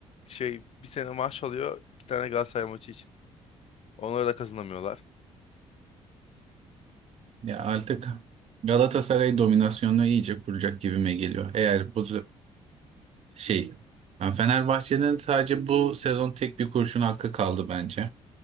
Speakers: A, on the left (about 40°); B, on the right (about 45°).
A: şey bir sene maaş alıyor iki tane Galatasaray maçı için. Onları da kazanamıyorlar.
B: Ya artık Galatasaray dominasyonunu iyice kuracak gibime geliyor. Eğer bu z- şey yani Fenerbahçe'nin sadece bu sezon tek bir kurşun hakkı kaldı bence.